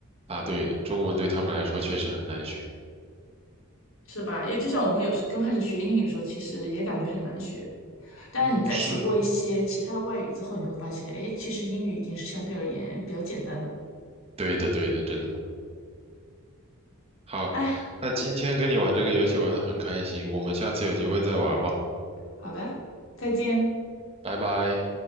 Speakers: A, on the right; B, on the left.
A: 答对了，中文对他们来说确实很难学。
B: 是吧？因为就像我们有时刚开始学英语的时候，其实也感觉很难学。但是你在学过一些其他的外语之后，
A: 嗯，是
B: 你就会发现，哎，其实英语已经是相对而言比较简单的。
A: 对的，对的，真的。好，
B: 哎，
A: 那今天跟你玩这个游戏玩的很开心，我们下次有机会再玩吧，
B: 好的，再见。
A: 拜拜。